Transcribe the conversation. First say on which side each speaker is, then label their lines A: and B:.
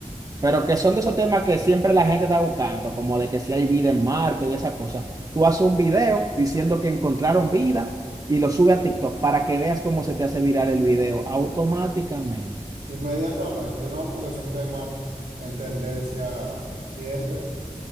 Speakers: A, on the right; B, on the right.
A: Pero que son de esos temas que siempre la gente está buscando, como de que si hay vida en Marte y esas cosas. Tú haces un video diciendo que encontraron vida y lo subes a TikTok para que veas cómo se te hace viral el video automáticamente.
B: Inmediatamente, ¿no? Porque son temas en tendencia siempre.